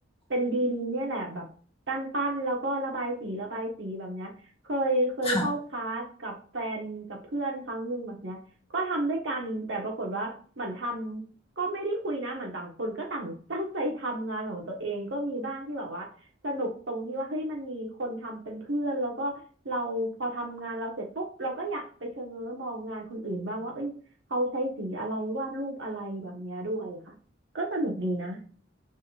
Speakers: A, on the right; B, on the left.
A: เป็นดินเนี่ยแหละแบบปั้นปั้นแล้วก็ระบายสีระบายสีแบบเนี้ยเคยเคยเข้าคลาสกับแฟนกับเพื่อนครั้งหนึ่งแบบเนี้ยก็ทำด้วยกันแต่ปรากฏว่าเหมือนทำก็ไม่ได้คุยนะเหมือนต่างคนก็ต่าง
B: ค่ะ
A: <laughs> ตั้งใจทำงานของตัวเองก็มีบ้างที่แบบว่า สนุกตรงที่ว่าเฮ้ยมันมีคนทำเป็นเพื่อนแล้วก็เราพอทำงานเราเสร็จปุ๊บเราก็อยากไปเชงเง้อมองงานคนอื่นบ้างว่าเอ้ยเขาใช้สีอะไรวาดรูปอะไรแบบเนี้ยด้วยค่ะก็สนุกดีนะ